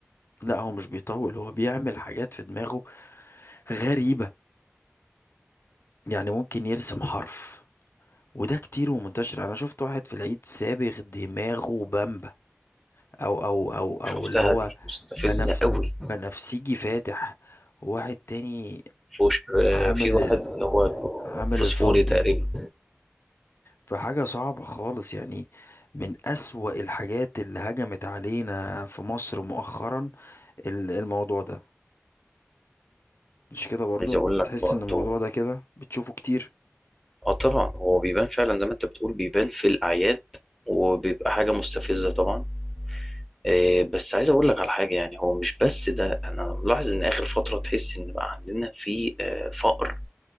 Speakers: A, on the left; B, in the centre.
A: لا هو مش بيطول هو بيعمل حاجات في دماغه غريبة يعني ممكن يرسم حرف وده كتير ومنتشر انا شفت واحد في العيد سابغ دماغه بامبا او او او او
B: شفتها
A: اللي هو
B: دي مستفزه
A: بنف
B: قوي
A: بنفسجي فاتح وواحد تاني
B: فوش آه،
A: عامل
B: في واحد
A: ال-
B: اللي هو
A: عامل
B: فوسفوري
A: الفضي
B: تقريبا
A: فحاجة صعبة خالص يعني من أسوأ الحاجات اللي هجمت علينا في مصر مؤخرا ال- الموضوع ده مش كده برضو
B: عايز
A: أنت
B: اقول لك
A: تحس
B: برضه
A: ان الموضوع ده كده بتشوفه كتير
B: اه طبعا هو بيبان فعلا زي ما انت بتقول بيبان في الاعياد وبيبقى حاجه مستفزه طبعا إيه، بس عايز اقول لك على حاجه يعني هو مش بس ده انا ملاحظ ان اخر فتره تحس ان بقى عندنا في آه، فقر